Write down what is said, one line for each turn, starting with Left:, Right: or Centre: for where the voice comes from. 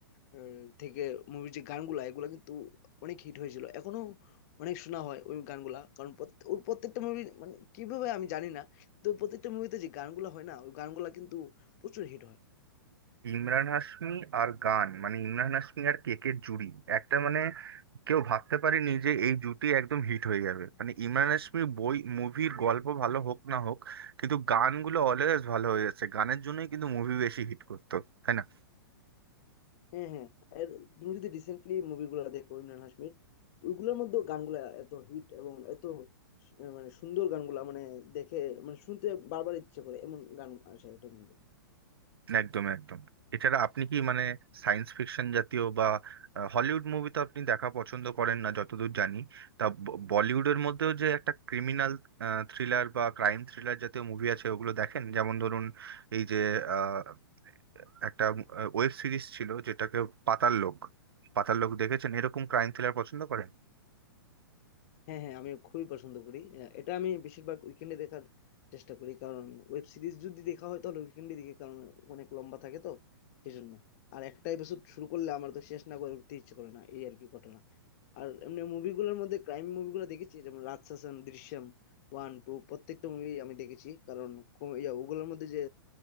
Left: আহ, থেকে মুভির যে গানগুলা এগুলা কিন্তু অনেক হিট হয়েছিল এখনো অনেক শোনা হয় ওই গানগুলা কারণ প্রত্যে- ওর প্রত্যেকটা মুভি মানে কিভাবে আমি জানি না কিন্তু ওর প্রত্যেকটা মুভিতে যে গানগুলা হয় না ওই গানগুলা কিন্তু প্রচুর হিট হয়
Right: ইমরান হাশমি আর গান মানে ইমরান হাশমি আর কেকের জুড়ি একটা মানে কেউ ভাবতে পারেনি যে এই জুটি একদম হিট হয়ে যাবে মানে ইমরান হাশমি বই মুভির গল্প ভালো হোক না হোক কিন্তু গানগুলো অলওয়েজ ভালো হয়ে যাচ্ছে গানের জন্যই কিন্তু মুভি বেশি হিট করতো তাই না
Left: হ্যাঁ হ্যাঁ এর তুমি যদি রিসেন্টলি মুভিগুলো দেখো ইমরান হাশমির ওইগুলোর মধ্যেও গানগুলা এত হিট এবং এত স- মানে সুন্দর গানগুলা মানে দেখে মানে শুনতে বারবার ইচ্ছে করে এমন গান আসে এটার মধ্যে
Right: একদম একদম এছাড়া আপনি কি মানে সায়েন্স ফিকশন জাতীয় বা আহ, হলিউড মুভি তো আপনি দেখা পছন্দ করেন না যতদূর জানি তা ব- বলিউডের মধ্যেও যে একটা ক্রিমিনাল থ্রিলার বা ক্রাইম থ্রিলার জাতীয় মুভি আছে ওগুলো দেখেন যেমন ধরুন এই যে আহ, একটা ওয়েব সিরিজ ছিল যেটাকে পাতাল লোক পাতাল লোক দেখেছেন এরকম ক্রাইম থ্রিলার পছন্দ করেন
Left: হ্যাঁ হ্যাঁ আমি খুবই পছন্দ করি আহ, এটা আমি বেশিরভাগ উইকেন্ডে দেখার চেষ্টা করি কারণ ওয়েব সিরিজ যদি দেখা হয় তাহলে উইকেন্ডে দেখি কারণ অনেক লম্বা থাকে তো সেজন্য আর একটা এপিসোড শুরু করলে আমার তো শেষ না করে উঠতে ইচ্ছে করে না এই আর কি ঘটনা আর এমনি মুভিগুলোর মধ্যে ক্রাইম মুভিগুলো দেখেছি যেমন রাজশাসন দৃশ্যম ওয়ান টু প্রত্যেকটা মুভি আমি দেখেছি কারণ কো- ইয়া, ওগুলোর মধ্যে যে